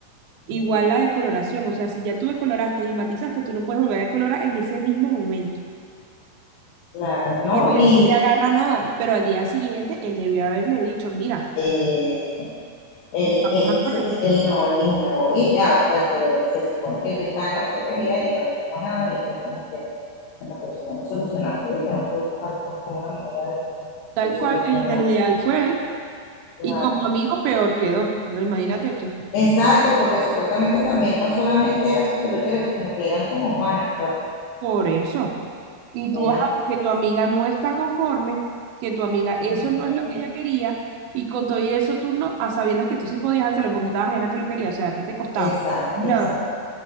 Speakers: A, on the right (about 85°); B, on the left (about 70°).
A: Igual
B: mm,
A: la decoloración, o sea, si ya tú decoloraste y matizaste, tú no puedes volver a decolorar en ese mismo momento.
B: claro, ¿no?
A: porque
B: Y
A: él no te agarra nada, pero al día siguiente él debió haberle dicho, mira,
B: eh, él,
A: vamos
B: él,
A: a corregir.
B: él no, él dijo, me voy y ya, pues, pero se supone que él estaba en la peluquería y no le dijo nada y fue como que, bueno, pero si no me solucionaste, yo tengo que buscar pues, como una manera de,
A: Tal
B: de solucionar.
A: cual el desleal fue él
B: Claro.
A: y como amigo peor quedó. Entonces, imagínate tú,
B: Exacto, porque supuestamente también no solamente eran sus peloteros, sino que eran como panas, pues
A: por eso. Y
B: eran...
A: tú vas a ver que tu amiga no está conforme, que tu amiga eso
B: ujú,
A: no es lo que ella quería y con todo y eso tú no, a sabiendas que tú sí podías hacerlo porque estabas en la peluquería, o sea, ¿qué te costaba?
B: Exacto,
A: Nada.
B: exacto.